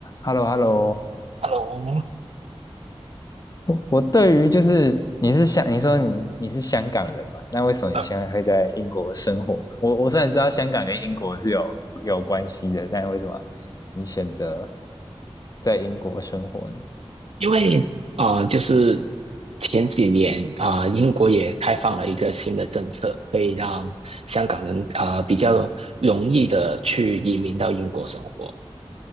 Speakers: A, on the left; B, on the right.
A: h e l l o h e l l o
B: Hello，
A: 我对于就是你是香，你说你你是香港人嘛？那为什么你现在会在英国生活？
B: 呃，
A: 我我虽然知道香港跟英国是有有关系的，但为什么你选择在英国生活呢？
B: 因为啊，就是前几年啊、呃英国也开放了一个新的政策，可以让香港人啊、呃比较容易的去移民到英国生活。